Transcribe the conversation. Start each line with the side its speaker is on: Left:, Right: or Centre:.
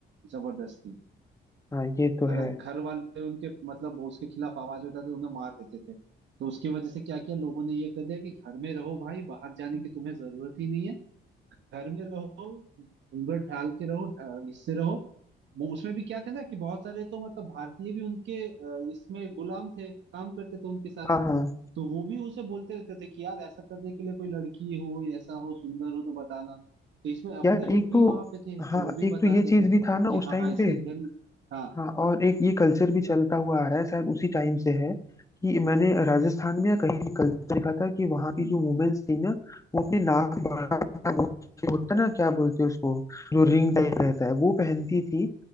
Right: जबरदस्ती
Left: हाँ ये तो
Right: अगर
Left: है
Right: घर वाले उनके मतलब उसके खिलाफ आवाज उठाते तो उन्हें मार देते थे तो उसकी वजह से क्या किया लोगों ने ये कर दिया कि घर में रहो भाई बाहर जाने की तुम्हें जरूरत ही नहीं है घर में रहो घूंघट ढाल के रहो ढा- इससे रहो वो उसमें भी क्या थे ना कि बहुत सारे तो मतलब भारतीय भी उनके अ, इसमें गुलाम थे काम करते थे उनके साथ
Left: हाँ हाँ
Right: तो वो भी उसे बोलते रहते थे कि यार ऐसा करने के लिए कोई लड़की हो या ऐसा हो सुंदर हो तो बताना तो इसमें अपने
Left: यार
Right: लोग
Left: एक
Right: भी
Left: तो
Right: वहां पे थे तो
Left: हाँ
Right: वो भी
Left: एक
Right: बताते
Left: तो ये चीज
Right: थे
Left: भी था ना
Right: कि
Left: उस
Right: हाँ
Left: टाइम
Right: इसके
Left: पे
Right: घर हाँ
Left: हाँ और एक ये कल्चर भी चलता हुआ आ रहा है शायद उसी टाइम से है कि मैंने राजस्थान में या कहीं भी कल्चर देखा था कि वहाँ की
Right: हम्म
Left: जो वुमेन्स थी ना वो अपने नाक के बाहर का वो होता ना क्या बोलते हैं उसको जो रिंग टाइप रहता है वो पहनती थी